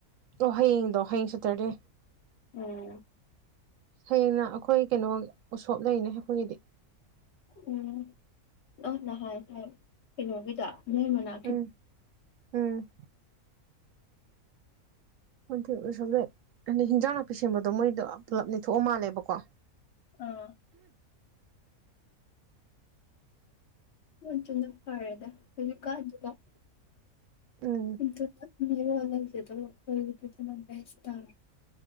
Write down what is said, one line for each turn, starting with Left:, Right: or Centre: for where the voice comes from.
Right: ꯇ‌ꫭ ꯍꯌꯦꯡꯗꯣ ꯍꯌꯦꯡ ꯁꯇ꯭ꯔꯗꯦ
Left: ꯎꯝ
Right: ꯍꯌꯦꯡꯅ ꯑꯩꯈꯣꯏ ꯀꯩꯅꯣ ꯎꯁꯣꯞ ꯂꯩꯅꯦ ꯑꯩꯈꯣꯏꯒꯤꯗꯤ
Left: ꯎꯝ ꯅꯪ ꯅꯍꯥꯟ ꯍꯥꯏꯕ ꯀꯩꯅꯣꯒꯤꯗ ꯅꯣꯏ ꯃꯅꯥꯛ
Right: ꯎꯝ ꯎꯝ ꯍꯟꯇ ꯎꯁꯣꯞ ꯂꯩꯩ ꯑꯗꯩ ꯍꯤꯟꯖꯥꯡ ꯅꯥꯄꯤ ꯁꯦꯝꯕꯗꯣ ꯃꯣꯏꯗꯣ ꯄꯨꯂꯞ ꯅꯦꯊꯣꯛꯑ ꯃꯥꯜꯂꯦꯕꯀꯣ
Left: ꯑꯥ <unintelligible>
Right: ꯎꯝ
Left: <unintelligible>